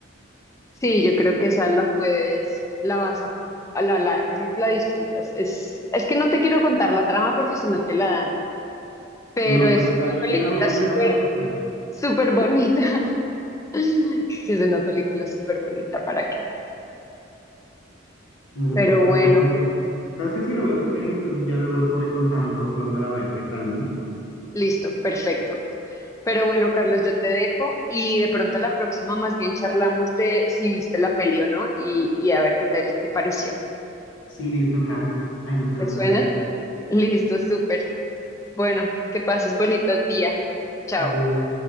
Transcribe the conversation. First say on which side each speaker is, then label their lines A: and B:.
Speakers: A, on the left (about 15°); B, on the left (about 75°).
A: Sí, yo creo que esa la puedes, la vas a, a la, la, yo creo que la disfrutas. Es, es que no te quiero contar la trama porque si no te la daño, pero
B: No,
A: es
B: pues está
A: una
B: bien,
A: película
B: yo la voy,
A: súper,
B: yo la voy a buscar.
A: súper bonita. Sí, es una película súper bonita, ¿para qué?
B: Bueno,
A: Pero
B: pero,
A: bueno,
B: pero sí. ¿Sabes qué? Sí, la voy a buscar y entonces ya luego te voy contando cuando la vea, qué tal, ¿no?
A: listo, perfecto. Pero bueno, Carlos, yo te dejo y de pronto la próxima más bien charlamos de si viste la peli o no y, y a ver qué te te pareció.
B: Sí, listo, claro. Ahí nos quedamos
A: ¿Te suena?
B: viendo.
A: Listo, súper. Bueno, que pases bonito día. Chao.
B: Adiós.